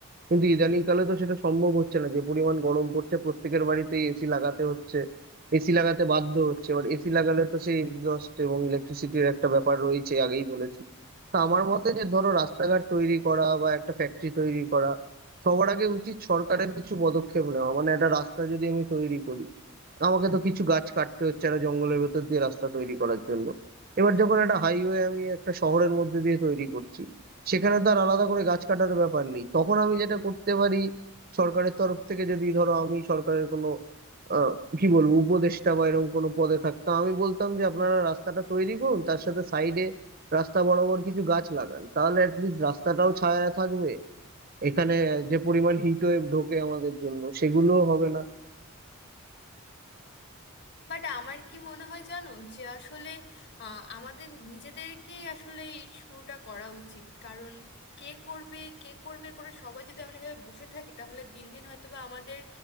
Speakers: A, on the right; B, on the left.
A: কিন্তু ইদানিং কালে তো সেটা সম্ভব হচ্ছে না যে পরিমাণ গরম পড়ছে প্রত্যেকের বাড়িতেই এসি লাগাতে হচ্ছে এসি লাগাতে বাধ্য হচ্ছে এবার এসি লাগালে তো সেই এক্সস্ট এবং ইলেকট্রিসিটির একটা ব্যাপার রয়েছে আগেই বলেছি তা আমার মতে যে ধরো রাস্তাঘাট তৈরি করা বা একটা ফ্যাক্টরি তৈরি করা সবার আগে উচিত সরকারের কিছু পদক্ষেপ নেওয়া মানে একটা রাস্তা যদি আমি তৈরি করি আমাকে তো কিছু গাছ কাটতে হচ্ছে একটা জঙ্গলের ভেতর দিয়ে রাস্তা তৈরি করার জন্য এবার যখন একটা হাইওয়ে আমি একটা শহরের মধ্যে দিয়ে তৈরি করছি সেখানে তো আর আলাদা করে গাছ কাটার ব্যাপার নেই তখন আমি যেটা করতে পারি সরকারের তরফ থেকে যদি ধরো আমি সরকারের কোনো আহ, কি বলবো উপদেষ্টা বা এরকম কোনো পদে থাকতাম আমি বলতাম যে আপনারা রাস্তাটা তৈরি করুন তার সাথে সাইডে রাস্তা বরাবর কিছু গাছ লাগান তাহলে অ্যাটলিস্ট রাস্তাটাও ছায়া থাকবে এখানে যে পরিমাণ হিট ওয়েভ ঢোকে আমাদের জন্য সেগুলো হবে না
B: বাট আমার কি মনে হয় জানো যে আসলে আহ, আমাদের নিজেদেরকেই আসলে এই শুরুটা করা উচিত কারণ কে করবে কে করবে করে সবাই যদি আমরা এভাবে বসে থাকি তাহলে দিন দিন হয়তোবা আমাদের